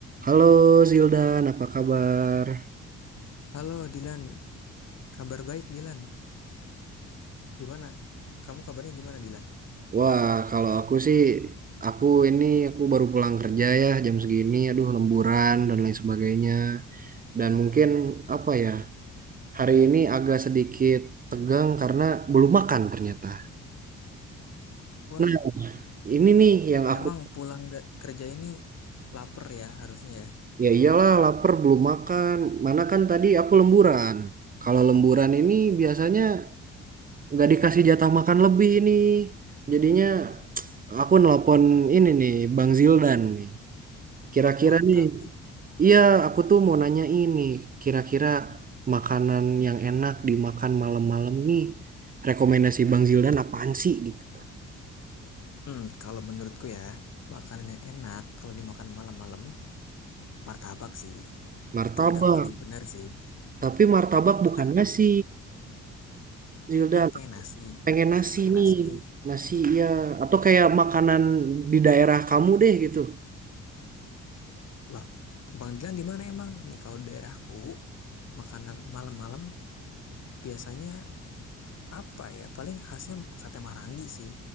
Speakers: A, on the right; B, on the left.
A: Halo Zildan, apa kabar?
B: Halo Dilan, kabar baik Dilan. Gimana? Kamu kabarnya gimana Dilan?
A: Wah, kalau aku sih, aku ini aku baru pulang kerja ya jam segini, aduh lemburan dan lain sebagainya. Dan mungkin apa ya, hari ini agak sedikit tegang karena belum makan ternyata.
B: Wah,
A: Nah, ini nih yang aku,
B: emang pulang da- kerja ini lapar ya harusnya ya.
A: ya iyalah lapar belum makan, mana kan tadi aku lemburan. Kalau lemburan ini biasanya nggak dikasih jatah makan lebih nih. Jadinya aku nelpon ini nih, Bang Zildan nih. Kira-kira
B: Wah,
A: nih,
B: tapi
A: iya aku tuh mau nanya ini, kira-kira makanan yang enak dimakan malam-malam nih, rekomendasi Bang Zildan apaan sih gitu.
B: hmm, kalau menurutku ya, makanan yang enak kalau dimakan malam-malam, martabak sih.
A: Martabak,
B: Itu udah paling benar sih.
A: tapi martabak
B: Martabak.
A: bukan nasi, Zildan.
B: Oh, pengen nasi.
A: Pengen nasi
B: Pengen nasi
A: nih,
B: nih.
A: nasi ya, atau kayak makanan di daerah kamu deh gitu.
B: Loh, Bang Dilan di mana emang? Nih kalau di daerahku, makanan malam-malam biasanya apa ya? Paling khasnya sate marangi sih,